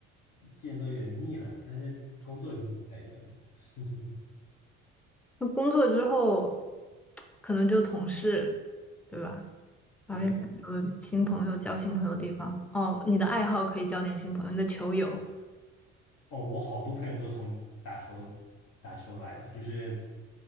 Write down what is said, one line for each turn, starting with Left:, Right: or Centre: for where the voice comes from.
Left: 见都有点腻了，但是工作以后就不太一样了。<laughs>
Centre: 那工作之后，可能就同事，对吧？然后又没有很多新朋友，
Left: 对，
Centre: 交新朋友的地方？哦，你的爱好可以交点新朋友，你的球友。
Left: 哦，我好多朋友都从打球打球来了，就是